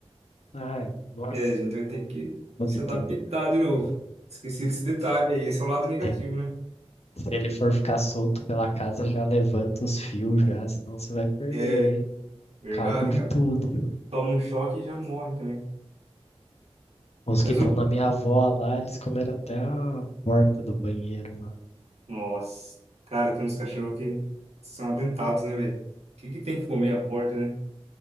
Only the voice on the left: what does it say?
Ai, nossa,
é
muito
de
tudo.
Tem.
Se ele for ficar solto pela casa, já levanta os fios já, senão você vai perder
Cabo de
tudo.
Os
que estão
na minha avó lá, eles comeram até a porta do banheiro lá.